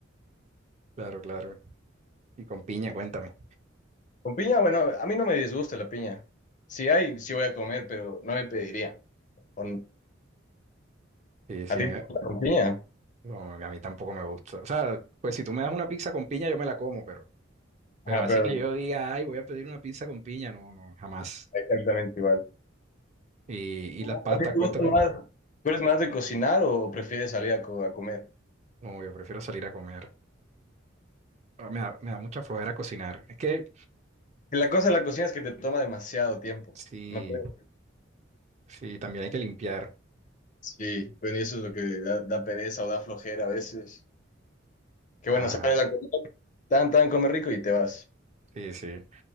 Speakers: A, on the right; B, on the left.
A: claro, claro. Y con piña, cuéntame.
B: Con piña, bueno, a mí no me disgusta la piña. Si hay, sí voy a comer, pero no me pediría. Con-
A: Sí, sí,
B: ¿a ti
A: a mí,
B: te
A: me-
B: gusta con piña?
A: no, a mí tampoco me gusta. O sea, pues si tú me das una pizza con piña, yo me la como, pero, pero
B: Ah,
A: así
B: pero
A: que yo diga, ay, voy a pedir una pizza con piña, no, no, jamás.
B: exactamente igual.
A: Y, y
B: ¿A
A: las pastas,
B: ti te
A: cuéntame.
B: gusta más? ¿Tú eres más de cocinar o prefieres salir a, co- a comer?
A: Como yo prefiero salir a comer. Ah, Me da, me da mucha flojera cocinar. Es que
B: La cosa de la cocina es que te toma demasiado tiempo,
A: sí,
B: ¿no crees?
A: sí, también hay que limpiar.
B: Sí, pues y eso es lo que da, da pereza o da flojera a veces. Qué
A: Ajá,
B: bueno, sales a comer, tan, tan, comer rico y te vas.
A: sí, sí.